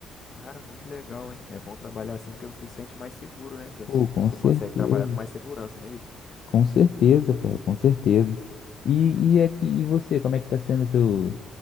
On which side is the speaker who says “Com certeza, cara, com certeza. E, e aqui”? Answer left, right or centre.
Left